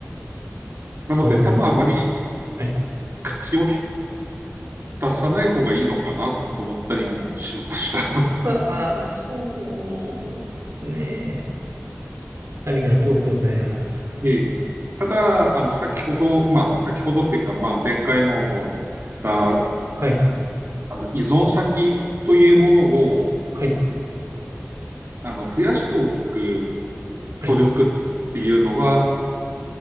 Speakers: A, on the right; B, on the right.
A: そうです。
B: なので多分あまり
A: はい。
B: 口を出さない方がいいのかなと思ったりもしました。<laughs>
A: ああ、そうですね。ありがとうございます。
B: ええただ、あの、先ほど、まあ、先ほどっていうか、まあ、前回も言った
A: はい、
B: あの依存先というものを
A: はい、
B: あの増やしておく
A: はい、
B: 努力っていうのは、